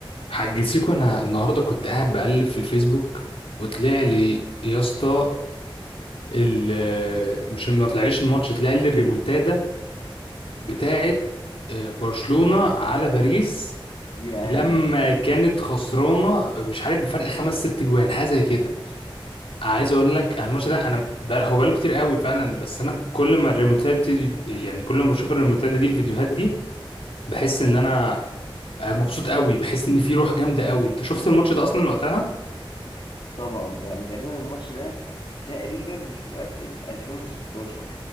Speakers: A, on the left (about 85°); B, on the left (about 60°).
A: حاج سيكو انا النهارده كنت قاعد بقلب في الفيسبوك وطلع لي يا اسطى ال- مش ما طلعليش الماتش طلع لي الريمونتادا بتاعه آه، برشلونة على باريس
B: ياه
A: لما كانت خسرانة مش عارف بفرق خمس ست جوان حاجة زي كده عايز اقول لك أنا الماتش ده انا بقى هو بقاله كتير قوي فعلا بس انا كل ما الريمونتادا بتدي يعني كل ما بشوف الريمونتادا دي الفيديوهات دي بحس ان انا آه، مبسوط قوي بحس ان في روح جامدة قوي انت شفت الماتش ده اصلا وقتها
B: طبعا ده انا تقريبا الماتش ده تقريبا مش متأكد 2016